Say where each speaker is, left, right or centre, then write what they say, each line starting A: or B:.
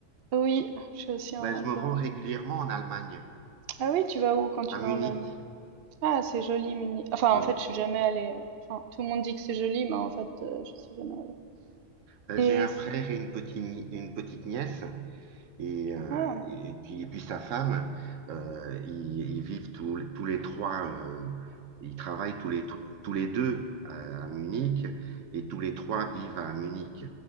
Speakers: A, on the right (about 55°); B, on the right (about 75°).
A: Oui, je suis aussi un
B: Ben, je
A: un
B: me
A: peu
B: rends
A: un
B: régulièrement en Allemagne,
A: ah oui, tu vas où quand tu
B: à Munich,
A: vas en Allemagne? Ah, c'est joli Munich. Enfin,
B: oui.
A: en fait, je suis jamais allée, enfin, tout le monde dit que c'est joli, mais en fait, heu, je suis jamais allée
B: Ben,
A: et
B: j'ai un
A: c
B: frère et une petite, ni- une petite nièce et, euh,
A: ah ah.
B: et puis, et puis sa femme, euh, ils, ils vivent tous, tous les trois, euh, ils travaillent tous les, tous les deux à, à Munich et tous les trois vivent à Munich.